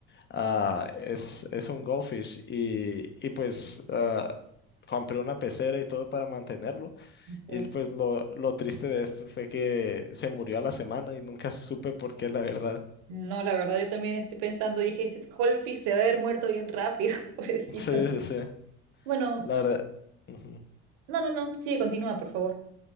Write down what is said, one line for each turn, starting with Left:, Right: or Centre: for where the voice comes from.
Left: Ah, es, es un goldfish, y, y pues ah, compré una pecera y todo para mantenerlo.
Right: Entonces,
Left: Y pues lo, lo triste de esto fue que se murió a la semana y nunca supe por qué, la verdad. <laughs>
Right: no, la verdad, yo también estoy pensando, dije, ese Holfish se va a haber muerto bien rápido, <laughs> pobrecito.
Left: Sí, sí, sí,
Right: Bueno,
Left: la verdad. Ujú.
Right: no, no, no, sigue, continúa, por favor.